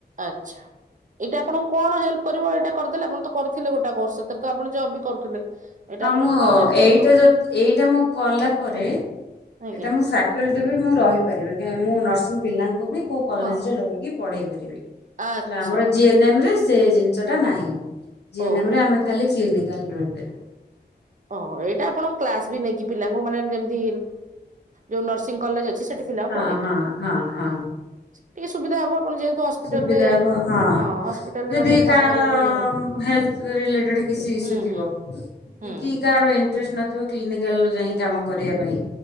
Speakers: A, on the right; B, on the left.
A: ଆଚ୍ଛା ଏଇଟା ଆପଣଙ୍କୁ କଣ ହେଲ୍ପ୍ କରିବ ଏଇଟା କରିଦେଲେ ଆପଣ ତ କରିଥିଲେ ଗୋଟେ କୋର୍ସ ସେଥିରେ ତ ଆପଣ ଜବ୍ ବି କରୁଥିଲେ। ଏଇଟା
B: ହଁ
A: ଆପଣଙ୍କୁ
B: ମୁଁ
A: କଣ ହେଲ୍ପ
B: ଏଇଟା
A: କରିବ
B: ଯ ଏଇଟା ମୁଁ କଲା ପରେ ଏଇଟା
A: ଆଜ୍ଞା
B: ମୁଁ ସ୍କୁଲଟି ବି ମୁଁ ରହିପାରିବି ମୁଁ ନର୍ସିଂ ପିଲାଙ୍କୁ ବି କେଉଁ କଲେଜରେ
A: ହଁ
B: ରହିକି ପଢ଼େଇ ପାରିବି। ହେଲା
A: ଆଚ୍ଛା
B: ଆମର
A: ଆଚ୍ଛା
B: ଜି ଏନ୍ ଏମ ରେ ସେ ଜିନିଷ ଟା ନାହିଁ ଜି
A: ଓହୋ।
B: ଏନ ଏମରେ ଆମେ ଖାଲି କ୍ଲିନିକାଲରେ ରହିପାରିବୁ।
A: ଓହ ଏଇଟା ଆପଣ କ୍ଲାସ୍ ବି ନେଇକି ପିଲାଙ୍କୁ ମାନେ ଯେମିତି ଯୋଉ ନର୍ସିଂ କଲେଜ ଅଛି ସେଠି ପିଲାଙ୍କୁ
B: ହଁ
A: ପଢେଇ
B: ହଁ
A: ପାରିବେ
B: ହଁ ହଁ।
A: ଟିକେ ସୁବିଧା ହବ ଆପଣ ଯେହେତୁ ହସ୍ପିଟାଲରେ
B: ସୁବିଧା ହବ ହଁ
A: ହସ୍ପିଟାଲରେ
B: ଯଦି
A: ରହିକି
B: କାହାର
A: କାମ କରିବାକୁ ଇଏ ହଉନି
B: ହେଲ୍ପ୍ ରିଲେଟେଡ୍ କିଛି ଇସ୍ୟୁ
A: ହୁଁ
B: ଥିବ
A: ହୁଁ
B: କି
A: ହୁଁ
B: କାହାର ଇଣ୍ଟରେଷ୍ଟ୍ ନଥିବ କ୍ଲିନିକାଲ୍ ଯାଇ କି କାମ କରିବା ପାଇଁ